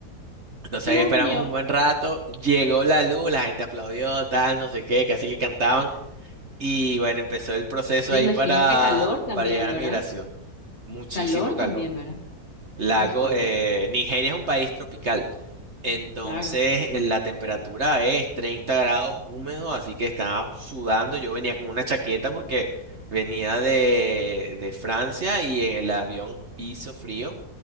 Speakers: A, on the right; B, on the left.
A: Entonces
B: Dios
A: ahí esperamos
B: mío,
A: un buen rato, llegó la luz, la gente aplaudió, tal, no sé qué, casi que cantaban. Y bueno, empezó el proceso
B: me
A: ahí
B: imagino
A: para,
B: que calor también,
A: para llegar
B: ¿verdad?
A: a migración. Muchísimo
B: Calor también,
A: calor.
B: ¿verdad?
A: Lago,
B: Híjole,
A: eh, Nigeria es un país tropical. Entonces,
B: claro.
A: eh, la temperatura es 30 grados húmedo, así que estaba sudando. Yo venía con una chaqueta porque venía de, de Francia y en el avión hizo frío.